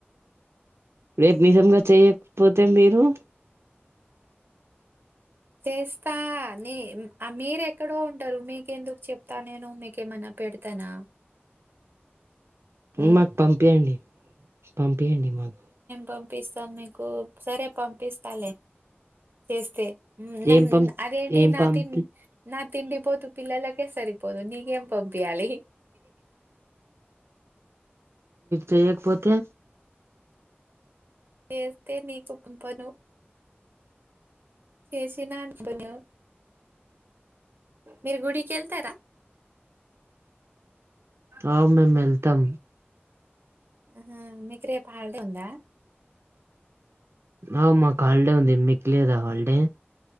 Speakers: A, on the right; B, on the right.
A: రేపు నిజంగా చేయకపోతే మీరు
B: చేస్తా ని మీర ఎక్కడో ఉంటారు మీకెందుకు చెప్తా నేను మీకేమన్నా పెడతానా ఉమ్,
A: మాకు పంపయండి పంపియండి మాకు
B: పంపిస్తాను మీకు సరే పంపిస్తాలే చేస్తే నమ్
A: ఏం పం
B: అదేంటి
A: ఏం
B: నా
A: పంపి
B: తి నా తిండి పోతు పిల్లలకే సరి పొదు నీక ఏం పంపియ్యాలి
A: చేయక పోతే
B: చేస్తే నీకు పంపను చేసినా అనుకోను మీరు గుడికి వెళ్తారా
A: అ మేము వెళ్తాం
B: హా మీకు రేపు హాలిడే ఉందా
A: అహ మాకు హాలిడే ఉంది మీ లేదా హాలిడే